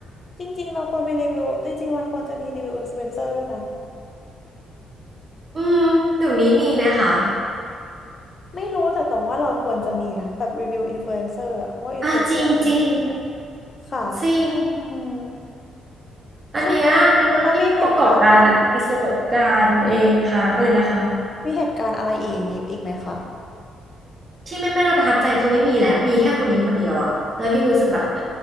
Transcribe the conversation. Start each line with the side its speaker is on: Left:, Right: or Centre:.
Left: จริงๆเราควรไปรีวิวจริงๆมันควรจะมีรีวิวอินฟลูเอนเซอร์ด้วยนะ
Right: อืมเดี๋ยวนี้มีไหมคะ
Left: ไม่รู้แต่ตรงว่าเราควรจะมีนะแบบรีวิวอินฟลูเอนเซอร์ว่าอินฟลูเอนเซอร์นี่มันไม่ดีอ่ะ
Right: อ่ะจริงจริง
Left: ค่ะ
Right: จริง
Left: อืม
Right: อันเนี้ยเป็นเรื่องที่ผู้ประกอบการอะประสบการณ์เองค่ะอะไรนะคะ
Left: ใช่ไหมตอนมีเหตุการณ์อะไร มีเหตุการณ์อะไรอีกอย่างนี้อีกไหมคะ
Right: ที่ไม่ไม่น่าประทับใจคือไม่มีแล้วมีแค่คนนี้คนเดียวอะแล้วพี่รู้สึกแบบ